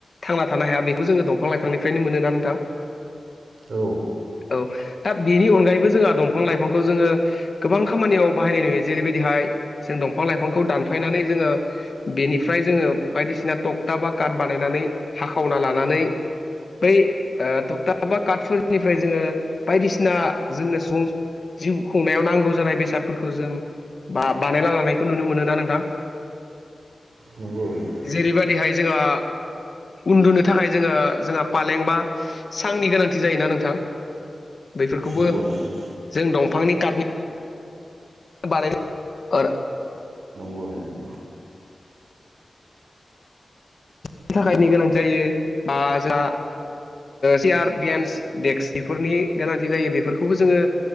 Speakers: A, on the left; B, on the right.
A: थांना थानो हाया बेखौ जोङो दंफां लाइफांनिफ्रायनो मोनोना नोंथां
B: औ
A: औ दा बेनि अनगायैबो जोंहा दंफां लाइफांखौ जोङो गोबां खामानियाव बाहायनाय नुयो जेरैबायदिहाय जों दंफां लाइफांखौ दानफायनानै जोङो बेनिफ्राय जोङो बायदिसिना टक्था बा काट बानायनानै हाखावना लानानै बै थकथाबा काटफोरनिफ्राय जोङो बायदिसिना जोंनो सुबुं जिउ खुंनायाव नांगौ जानाय बेसादफोरखौ जों बा- बानायना लानायखौ नुनो मोनोोना नोंथां <inaudible>
B: नंगौ नोंथां
A: जेरैबायदिहाय जोंहा उन्दुनो थाखाय जोङो जोंहा फालें बा सांनि गोनांथि जायोना नोंथां बैफोरखौबो
B: नंगौ नोंथां
A: जों दंफांनि काथनि बानाय <unintelligible>
B: औ नंगौ
A: बिनि थाखायनो गोनां जायो बा जोंहा सियार बेन्स देक्स बेफोरनि गोनांथि जायो बेफोरखौबो जोङो